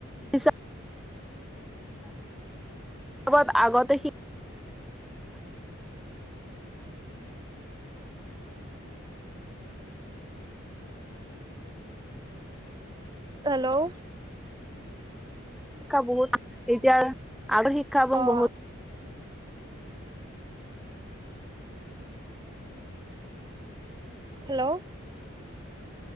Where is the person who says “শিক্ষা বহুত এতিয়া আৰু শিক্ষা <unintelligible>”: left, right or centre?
Centre